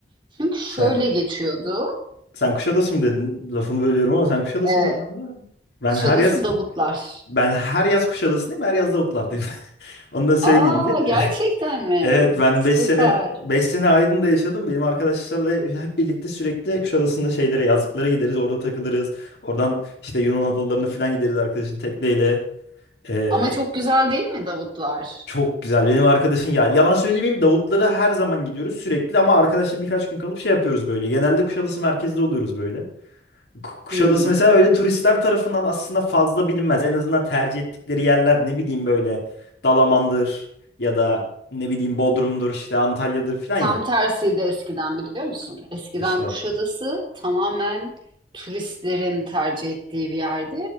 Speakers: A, on the right (about 25°); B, on the left (about 80°).
A: Çünkü şöyle
B: Sen,
A: geçiyordu.
B: sen Kuşadası mı dedin? Lafını bölüyorum ama sen Kuşadası
A: Evet.
B: mı dedin abla? Ben
A: Kuşadası
B: her yaz
A: Davutlar.
B: ben her yaz Kuşadası'ndayım, her yaz Davutlar'dayım. <laughs> Onu da söyleyeyim
A: Aa
B: ki.
A: gerçekten
B: <laughs>
A: mi?
B: Evet ben
A: Süper.
B: beş sene beş sene Aydın'da yaşadım. Benim arkadaşlarla hep birlikte sürekli Kuşadası'nda şeylere yazlıklara gideriz. Orada takılırız. Oradan işte Yunan adalarına falan gideriz arkadaşın tekneyle. Ee,
A: Ama çok güzel değil mi Davutlar?
B: çok güzel. Benim arkadaşın ya yalan söylemeyeyim Davutlara her zaman gidiyoruz sürekli ama arkadaşla birkaç gün kalıp şey yapıyoruz böyle. Genelde Kuşadası merkezde oluyoruz böyle. Ku- Kuşadası
A: Hmm.
B: mesela öyle turistler tarafından aslında fazla bilinmez. En azından tercih ettikleri yerler ne bileyim böyle Dalaman'dır ya da ne bileyim Bodrum'dur işte Antalya'dır falan
A: Tam
B: ya.
A: tersiydi eskiden biliyor musun? Eskiden
B: İşte.
A: Kuşadası tamamen turistlerin tercih ettiği bir yerdi.